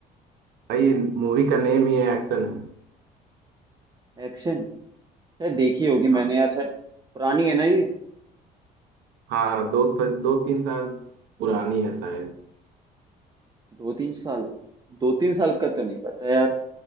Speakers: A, on the right (about 85°); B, on the right (about 25°).
A: भाई मूवी का नेम ही है एक्शन है
B: एक्शन शायद देखी होगी
A: हाँ
B: मैंने यार शायद पुरानी है ना ये
A: हाँ दो दो तीन साल पुरानी है शायद
B: दो तीन साल दो तीन साल का तो नहीं पता यार